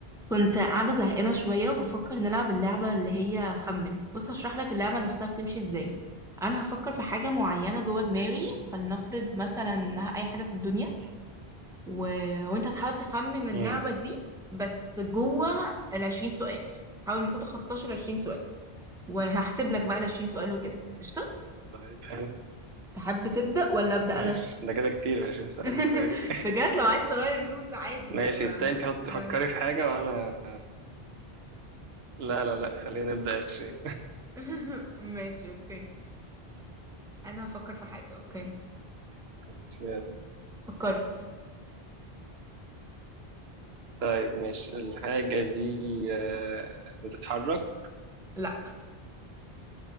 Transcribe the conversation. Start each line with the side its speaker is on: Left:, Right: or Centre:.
Centre: كنت قاعدة زهقانة شوية وبفكر نلعب اللعبة اللي هي خمن بص هشرح لك اللعبة نفسها بتمشي ازاي أنا هفكر في حاجة معينة جوه دماغي
Right: ماشي
Centre: فلنفرض مثلا إنها أي حاجة في الدنيا
Right: مم.
Centre: و... وأنت هتحاول تخمن اللعبة
Right: مم.
Centre: دي بس جوه العشرين سؤال تحاول ما تتخطاش العشرين سؤال وهحسب لك بقى العشرين سؤال وكده قشطة
Right: طيب حلو
Centre: تحب تبدأ ولا أبدأ
Right: ماشي
Centre: أنا
Right: ده كده كتير عشان سؤال
Centre: <laughs>
Right: السادس
Centre: بجد لو عايز تغير الرولز عادي
Right: ماشي
Centre: هي
Right: <laughs> ابتدي انت حط
Centre: غير
Right: فكري في حاجة وانا لا لا لا خلينا نبدأ 20
Centre: <laughs> ماشي أوكي أنا هفكر في حاجة أوكي
Right: ماشي. يلا.
Centre: فكرت
Right: طيب ماشي الحاجة دي آه، بتتحرك
Centre: لا